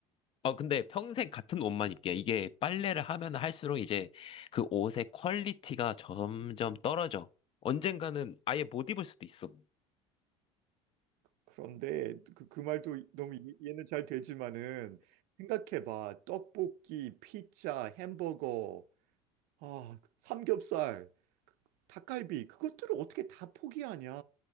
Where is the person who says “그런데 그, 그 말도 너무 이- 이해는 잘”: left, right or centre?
Right